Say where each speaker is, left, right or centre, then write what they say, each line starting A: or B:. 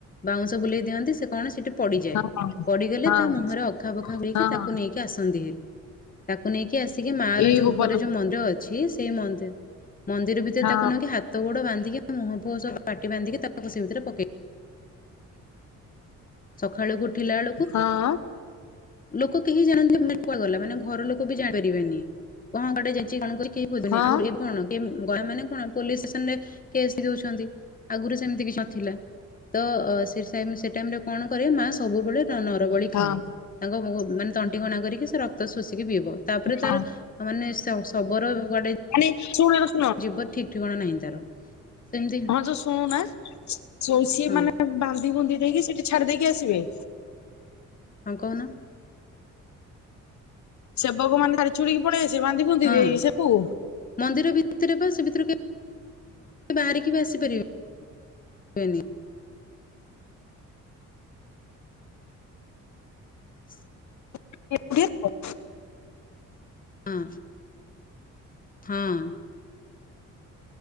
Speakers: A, on the left (about 30°); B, on the left (about 65°).
A: ବାଉଁଶ ବୁଲେଇ ଦିଅନ୍ତି ସେ କଣ ସେଠି ପଡିଯାଏ
B: ହଁ
A: ପଡ଼ିଗଲେ
B: ହଁ
A: ତା ମୁହଁରେ ଅଖା ବଖା ଗୁଳକି
B: ହଁ
A: ତାକୁ ନେଇକି ଆସନ୍ତି ହେ ତାକୁ ନେଇକି ଆସିକି ମା ର
B: ଇ
A: ଯୋଉ
B: ବୋପାଲୋ
A: ଉପର ଯୋଉ ମନ୍ଦିର ଅଛି ସେଇ ମନ୍ଦିର ମନ୍ଦିର ଭିତରେ
B: ହଁ
A: ତାକୁ ନ କି ହାତ ତ ଗୋଡ ବାନ୍ଧିକି ମୁହଁୁହ ସବ ପାଟି ବାନ୍ଧିକି ତାକୁ ସେ ଭିତରେ ପକେଇ ସୁ ଉଠିଲା ବ
B: ହଁ
A: ଲୋକ କେହି ଜାଣନ୍ତି ମାନେ କୁହାଗଲା ମାନେ ଘର ଲୋକ ବି ଜାଣିପାରିବେନି କଣ କଡେ ଯାଇଛି କଣ କର କେହିୁନି
B: ହଁ
A: ଆଗରୁ ଏବେଣ ଗ ମାନେ କଣ ପୋଲିସ ଷ୍ଟେସନରେ କେସ୍ ଦଉଛନ୍ତି ଆଗରୁ ସେମିତି କିଛି ନଥିଲା ତ ସେ ସେ ଟାଇମ ରେ କଣ କରେ ମା ସବୁବେଳେ ନରବଳି
B: ହଁ
A: ଖାଏ ତାଙ୍କ ମାନେ ତଣ୍ଟିିକଣା କରିକି ସେ ରକ୍ତ ଶୋଷିକି ପିଇବ ତାପରେ
B: ହଁ
A: ତାର ମାନେ ଶବର ଗୁଆଡେ
B: ଆ ଚୁଳି ର
A: ଜୀବତ ଠିକ୍ ଠିକଣା ନାହିଁ ତାର ସେମିତି
B: ତୁ ଶୁଣୁନା ଯୋ ସିଏ
A: ହଁ
B: ମାନେ ବାନ୍ଧି ବୁନ୍ଧି ଦେଇକି ସେଠି ଛାଡି ଦେଇକି ଆସିବେ।
A: ହଁ କହୁନା?
B: ସେବକ ମାନେ ଛାଡି ଛୁଡିକି ପଳେଇ ଆସେ ବାନ୍ଧି ବୁନ୍ଧୀ
A: ହଁ
B: ଦେଇକି ସେକୁ।
A: ମନ୍ଦିର ଭିତରେ ବା ସେ ଭିତରେ କେ ବାହାରିକି ବି ଆସିପାରିବେନି। <inaudible>
B: <unintelligible>
A: ହଁ। ହଁ।